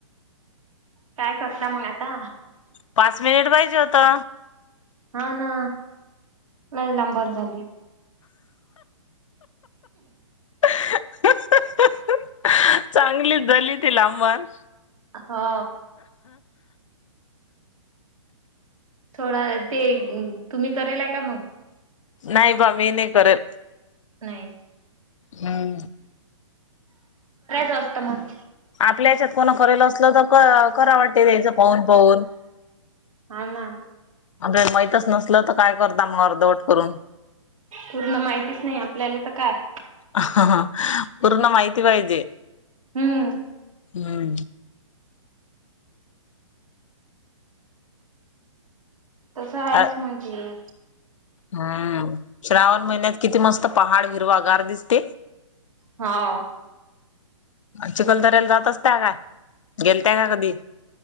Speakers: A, on the right; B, on the left.
A: काय करता मग आता?
B: पाच मिनिट पाहिजे होत.
A: हाव ना, लय लांबड झाली.
B: <inaudible> चांगलीच झाली ती लांबड.
A: हो थोडा ते तुम्ही करेलाय का मग?.
B: नाही बा मी नाही करल.
A: नाही.
B: नाही नाही.
A: <unintelligible>
B: आपल्या याच्यात कोणा करेल असलं, तर कराव वाटत त्याचं पाहून पाहून.
A: हा ना.
B: आपल्याले माहीतच नसलं, तर काय करता मग अर्धवट करून.
A: पूर्ण माहितीच नाही आपल्याला तर काय
B: हा हा पूर्ण माहिती पाहिजे.
A: हुं.
B: हुं.
A: तसं आहेच
B: अ.
A: मग ते.
B: हां. श्रावण महिन्यात किती मस्त पहाड हिरवा गार दिसते?
A: हा.
B: चिखलदऱ्याला जात असत्या काय? गेलत्या का कधी?